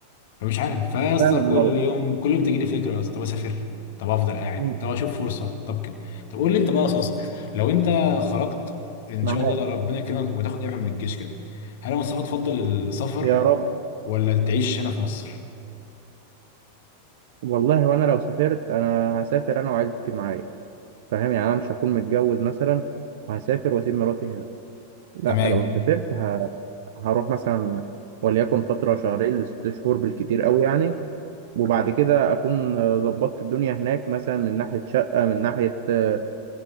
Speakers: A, on the left (about 55°); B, on the right (about 55°).
A: فمش عارف فيا اسطى
B: فعلا
A: كل
B: الموضوع
A: يوم كل يوم تجي لي فكره يا اسطى طب اسافر طب افضل قاعد
B: مم.
A: طب اشوف فرصه طب كده طب قول لي انت بقى اساسا لو انت خرجت ان
B: معاك
A: شاء الله لو ربنا يكرمك وتاخد اعفاء من الجيش كده هل يا مصطفى تفضل السفر
B: يا رب
A: ولا تعيش هنا في مصر؟
B: والله وانا لو سافرت انا هسافر انا وعيلتي معايا فاهم يعني انا مش هكون متجوز مثلا وهسافر واسيب مراتي هنا لا
A: تمام
B: لو سافرت ه... هروح مثلا وليكن فترة شهرين لست شهور بالكتير قوي يعني وبعد
A: مم.
B: كده اكون آه، ظبطت الدنيا هناك مثلا من ناحيه شقه من ناحيه آه،